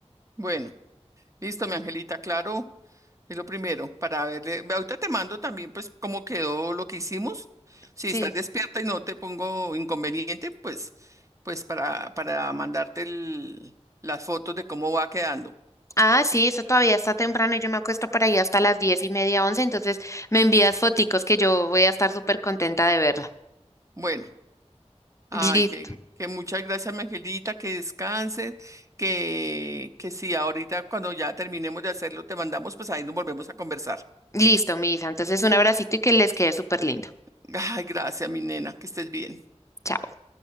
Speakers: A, on the right; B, on the left.
A: Bueno, listo, mi angelita, claro, es lo primero para verle. ve, Ahorita te mando también, pues, cómo quedó lo que hicimos. Si
B: Sí.
A: estás despierta y no te pongo inconveniente, pues, pues para, para mandarte el- las fotos de cómo va quedando.
B: Ah, sí, eso todavía está temprano y yo me acuesto para ahí hasta las diez y media, once, entonces me envías foticos que yo voy a estar súper contenta de verla.
A: Bueno. Ay,
B: Listo,
A: que, que muchas gracias, mi angelita, que descanses, que, que sí, ahorita cuando ya terminemos de hacerlo, te mandamos, pues ahí nos volvemos a conversar.
B: listo, Misa. Entonces un abracito y que les quede súper lindo.
A: <laughs> Ay, gracias, mi nena, que estés bien.
B: Chao.